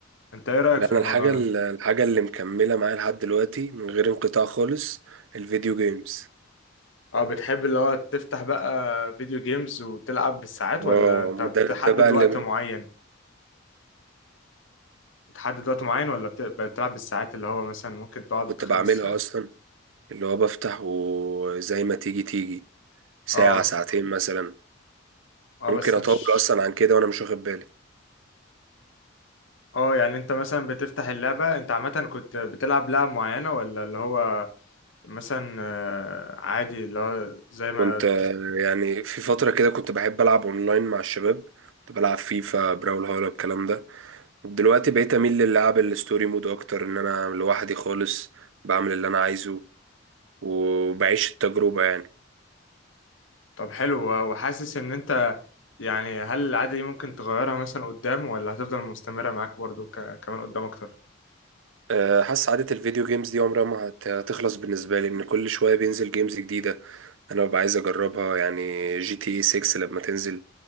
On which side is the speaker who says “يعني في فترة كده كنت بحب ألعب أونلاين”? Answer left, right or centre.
Right